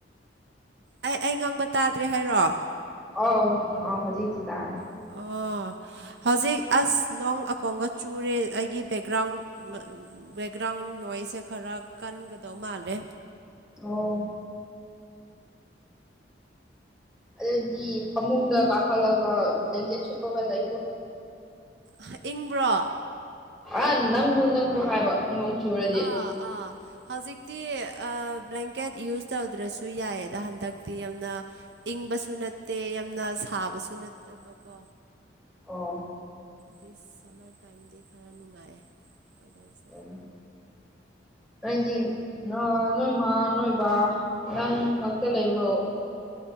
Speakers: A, on the right (about 65°); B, in the centre.
A: ꯑꯩ ꯑꯩ ꯉꯪꯕ ꯇꯥꯗ꯭ꯔꯦ ꯍꯥꯏꯔꯣ
B: ꯑꯥꯎ ꯑꯥ ꯍꯧꯖꯤꯛꯀꯤꯇꯥꯔꯦ
A: ꯑꯣ ꯍꯧꯖꯤꯛ ꯑꯁ ꯅꯣꯡ ꯑꯀꯣꯝꯒ ꯆꯨꯔꯦ ꯑꯩꯒꯤ ꯕꯦꯛꯒ꯭ꯔꯥꯎꯟ ꯕꯦꯛꯒ꯭ꯔꯥꯎꯟ ꯅꯣꯏꯁꯁꯦ ꯈꯔ ꯀꯟꯒꯗꯧ ꯃꯥꯜꯂꯦ
B: ꯑꯣ ꯑꯗꯨꯗꯤ ꯐꯃꯨꯡꯗ ꯀꯥꯈꯠꯂꯒ ꯕ꯭ꯂꯦꯡꯀꯦꯠ ꯁꯨꯞꯄꯒ ꯂꯩꯈ꯭ꯔꯣ
A: ꯍ ꯏꯪꯕ꯭ꯔꯣ
B: ꯑ ꯅꯪꯕꯨ ꯅꯪꯕꯨ ꯍꯥꯏꯕ ꯅꯣꯡ ꯆꯨꯔ
A: ꯑꯥ ꯑꯥ ꯍꯧꯖꯤꯛꯇꯤ ꯕ꯭ꯂꯦꯡꯀꯦꯠ ꯌꯨꯁ ꯇꯧꯗ꯭ꯔꯁꯨ ꯌꯥꯏꯌꯦꯗ ꯍꯟꯗꯛꯇꯤ ꯌꯥꯝꯅ ꯏꯪꯕꯁꯨ ꯅꯠꯇꯦ ꯌꯥꯝꯅ ꯁꯥꯕꯁꯨ ꯅꯠꯇꯕ ꯀꯣ
B: ꯑꯣ
A: ꯗꯤ ꯁꯝꯃꯔ ꯇꯥꯏꯝꯗꯤ ꯈꯔ ꯅꯨꯡꯉꯥꯏ ꯋꯦꯗꯔꯁ
B: <inaudible> ꯅꯣꯗꯤ ꯅꯣꯏꯃ ꯅꯣꯏꯕ ꯅꯪ ꯉꯥꯛꯇ ꯂꯩꯕ꯭ꯔꯣ